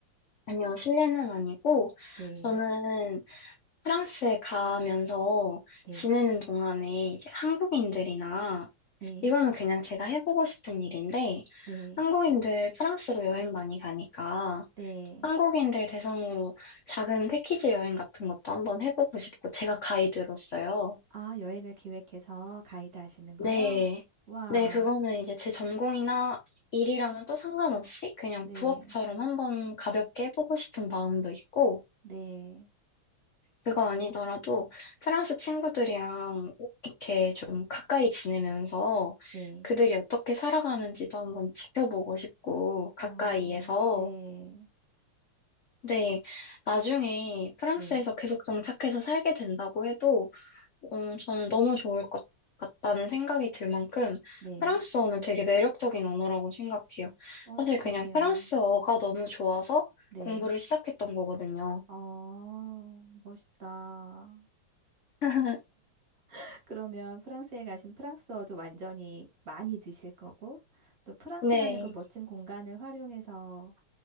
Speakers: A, on the left; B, on the right.
A: 아니요, 실내는 아니고,
B: 네,
A: 저는 프랑스에 가면서
B: 네,
A: 지내는 동안에 이제 한국인들이나,
B: 네,
A: 이거는 그냥 제가 해보고 싶은 일인데,
B: 네,
A: 한국인들 프랑스로 여행 많이 가니까,
B: 네.
A: 한국인들 대상으로 작은 패키지 여행 같은 것도 한번 해보고 싶고, 제가 가이드로서요.
B: 아, 여행을 기획해서 가이드 하시는 거요?
A: 네.
B: 와,
A: 네, 그거는 이제 제 전공이나 일이랑은 또 상관없이 그냥
B: 네,
A: 부업처럼 한번 가볍게 해보고 싶은 마음도 있고,
B: 네,
A: 그거 아니더라도 프랑스 친구들이랑 이렇게 좀 가까이 지내면서
B: 네,
A: 그들이 어떻게 살아가는지도 한번 지켜보고 싶고 가까이에서
B: 어, 네,
A: 근데 나중에 프랑스에서
B: 네,
A: 계속 정착해서 살게 된다고 해도 음, 저는 너무 좋을 것 같다는 생각이 들 만큼
B: 네.
A: 프랑스어는 되게 매력적인 언어라고 생각해요.
B: 어,
A: 사실
B: 그러네요.
A: 그냥 프랑스어가 너무 좋아서
B: 네.
A: 공부를 시작했던 거거든요.
B: 어, 멋있다.
A: <laughs>
B: <laughs> 그러면 프랑스에 가신 프랑스어도 완전히 많이 드실 거고, 또 프랑스라는
A: 네.
B: 그 멋진 공간을 활용해서